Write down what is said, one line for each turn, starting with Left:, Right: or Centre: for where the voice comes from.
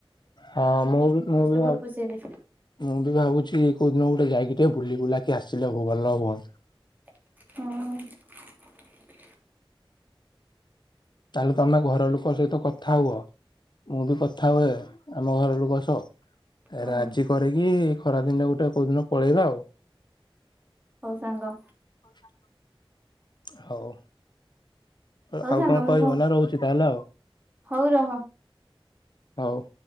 Left: ହଁ ମୁଁ ବି ମୁଁ ବି ଭାବ
Right: ବହୁତ ଖୁସି ହେବେ।
Left: ମୁଁ ବି ଭାବୁଛି କି କଉଦିନ ଗୋଟେ ଯାଇକି ଟିକେ ବୁଲି ବୁଲାକି ଆସିଲେ ବ ଭଲ ହୁଅନ୍ତା।
Right: ହଁ।
Left: ତାହେଲେ ତମେ ଘର ଲୋକ ସହିତ କଥା ହୁଅ। ମୁଁ ବି କଥା ହୁଏ ଆମ ଘର ଲୋକ ସହ।
Right: ହଁ
Left: ରାଜି କରିକି ଖରା ଦିନଟା ଗୋଟେ କୋଉ ଦିନ ପଳେଇବା ଆଉ।
Right: ହଉ ସାଙ୍ଗ।
Left: <unintelligible> ହଉ। <unintelligible> ଆଉ
Right: ହଉ ସାଙ୍ଗ
Left: କଣ କହିବ
Right: ମୁଁ
Left: ନା ରହୁଛି ତାହେଲେ ଆଉ
Right: ହଉ ରହ।
Left: ହଉ।